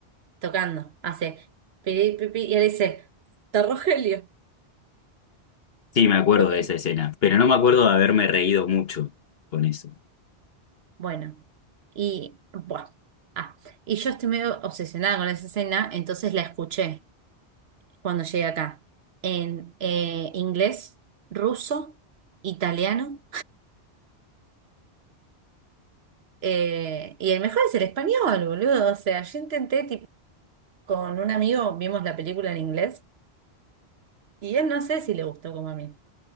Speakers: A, on the right; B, on the left.
A: tocando, hace pi, pi, pi, y él dice, está Rogelio.
B: sí me acuerdo
A: Ok,
B: de esa escena, pero no me acuerdo de haberme reído mucho con eso.
A: Bueno, y bueno. Ah, y yo estoy medio obsesionada con esa escena, entonces la escuché. cuando llegue acá en eh, inglés, ruso, italiano. eh, y el mejor es el español, boludo. O sea, yo intenté, tipo, con un amigo vimos la película en inglés y él no sé si le gustó como a mí.